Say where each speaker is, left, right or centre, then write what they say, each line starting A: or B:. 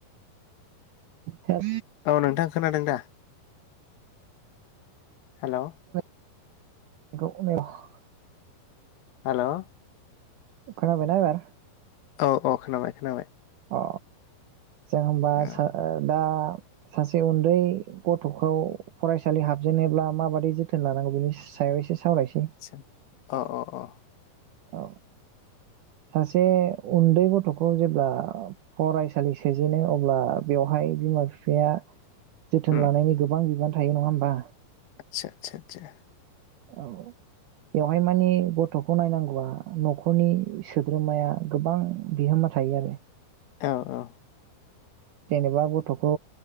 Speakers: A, on the right; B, on the left.
A: हे
B: औ नोंथां खोनादों दा? हेल'
A: <unintelligible>
B: हेल'
A: खोनाबायना एबार।
B: औ औ खोनाबाय-खोनाबाय।
A: अ जों होमबा
B: औ
A: सा दा सासे उन्दै गथ'खौ फरायसालि हाबजेनोब्ला माबादि जोथोन लानांगौ बिनि सायाव एसे सावरायसै
B: सा अ अ अ।
A: औ सासे उन्दै गथ'खौ जेब्ला फरायसालि सोजेनो अब्ला बेवहाय बिमा बिफाया जोथोन
B: उम
A: लानायनि गोबां बिबान थायो नङा होमबा
B: आदसा सा सा
A: औ बेवहाय मानि गथ'खौ नायनां गौवा न'खरनि सोद्रोमाया गोबां बिहोमा थायो आरो
B: औ औ
A: जेनेबा गथ'खौ